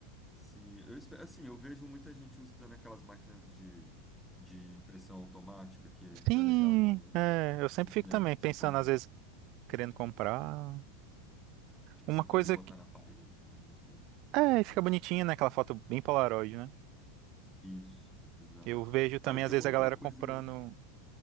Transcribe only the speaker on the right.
Sim,
é, eu sempre
fico
também
pensando,
às vezes, querendo comprar.
Uma
coisa
que.
É, fica bonitinha, né? Aquela foto bem Polaroid, né?
Eu vejo também,
às vezes,
a
galera
comprando.